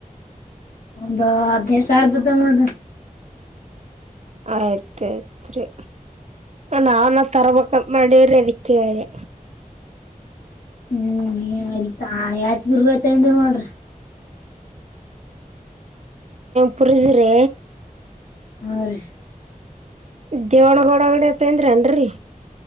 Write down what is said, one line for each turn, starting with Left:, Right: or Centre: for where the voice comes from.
Left: ಅದ ಅದೇ ಸಾರ್ ಬದದ
Right: ಆಯ್ತ್ ಆಯ್ತ್ರಿ ನಾವನ್ ತರಬೇಕ ಮಾಡಿ ಶ್ರದಿಕುವಾರೆ
Left: ಹ್ಮ್ ಎತಾ ಯಾತ್ ಗರ್ಗತ ಅನ್ ನೋಡ್ರಿ
Right: ಪರುಸ್ರೆ
Left: ಹಾ ರೀ
Right: ದೇಳಗ ಒಡಗಡೆ ತನ್್ರ ಏನ್ರಿ